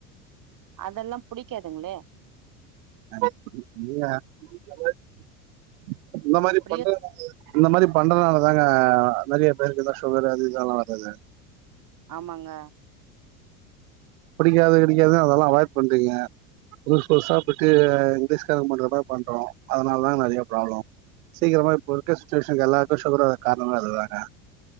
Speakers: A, on the right (about 50°); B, on the right (about 75°).
A: அதெல்லா புடிக்காதுங்களே
B: <inaudible> இந்த மாரி
A: அப்டியே
B: பண்றனால இந்த மாரி பண்றனால தா அஹ் நெறைய பேருக்கு தா சுகர் அது இதெல்லா வரது
A: ஆமாங்க
B: புடிக்காது கிடிக்காதுன்னு அதெல்லா அவாய்ட் பண்றீங்க புதுஸ் புதுசா போய்ட்டு இங்கிலீஷ்கார பண்ற மாரி பண்றோ அதனால தா நெறையா ப்ராப்ளம் சீக்கிரமா இப்ப இருக்க சுச்சிவேஷனுக்கு எல்லாருக்கு சுகர் வர காரணமே அது தாங்க